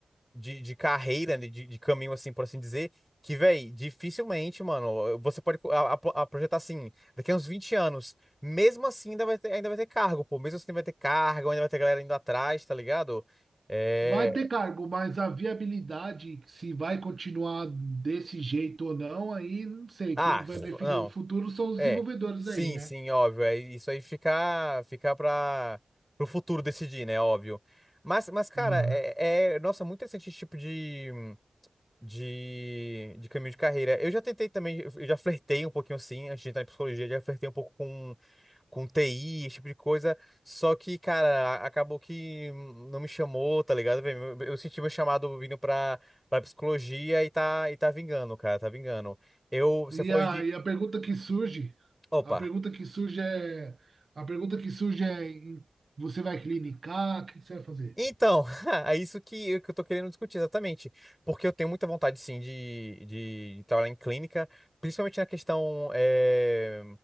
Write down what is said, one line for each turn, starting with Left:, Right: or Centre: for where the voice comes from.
Centre: de, de carreira, né, de, de caminho, assim, por assim dizer, que, véi, dificilmente, mano, você pode a, a- a projetar assim, daqui a uns 20 anos, mesmo assim ainda vai ter, ainda vai ter cargo, pô, mesmo assim ainda vai ter cargo, ainda vai ter galera indo atrás, tá ligado? É...
Right: Vai ter cargo, mas a viabilidade, se vai continuar desse jeito ou não, aí não sei.
Centre: Ah,
Right: Quem vai
Centre: f-
Right: definir
Centre: não,
Right: o futuro são os
Centre: é,
Right: desenvolvedores
Centre: sim,
Right: aí, né?
Centre: sim, óbvio, é isso aí ficar ficar pra, pro futuro decidir, né, óbvio. Mas, mas cara,
Right: Ah.
Centre: é, é- nossa, muito interessante esse tipo de, de, de caminho de carreira. Eu já tentei também, eu já flertei um pouquinho assim, antes de entrar em psicologia, já flertei um pouco com, com TI, esse tipo de coisa. Só que, cara, a- acabou que hum, não me chamou, tá ligado? velho? Eu eu senti meu chamado vindo pra, pra psicologia e tá, e tá vingando, cara, tá vingando. Eu, você
Right: E
Centre: falou
Right: a,
Centre: aí de.
Right: e a pergunta que surge,
Centre: Opa!
Right: a pergunta que surge é, a pergunta que surge é, em- você vai clinicar? O que você vai fazer?
Centre: Então, <laughs> é isso que, eu- que eu tô querendo discutir exatamente. Porque eu tenho muita vontade, sim, de, de, de trabalhar em clínica, principalmente na questão eh,